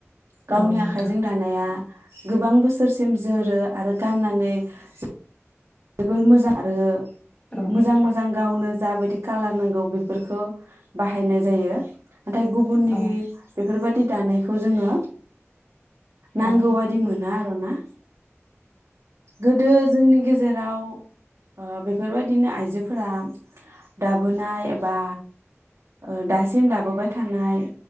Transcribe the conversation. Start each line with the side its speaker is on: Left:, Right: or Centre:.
Right: गावनि
Left: औ नोंथां
Right: आखाइजों दानाया गोबां बोसोरसिम जोरो आरो गाननान नै ज जोबोर मोजां आरो
Left: औ
Right: मोजां
Left: नोंथां
Right: मोजां गावनो ज जाबायदि कालार नांगौ बेफोरखौ बाहायनाय जायो। नाथाय गुबुननि
Left: औ नोंथां औ
Right: बेफ फोरबायदि दानायखौ जोङो
Left: औ
Right: नांगौ बायदि मोना आर' ना। गोदो जोंनि गेजेर राव ओ बेफोरबायदिनो आइजोफोरा दाबोनाय एबा ओ दासिम दाबोबाय थानाय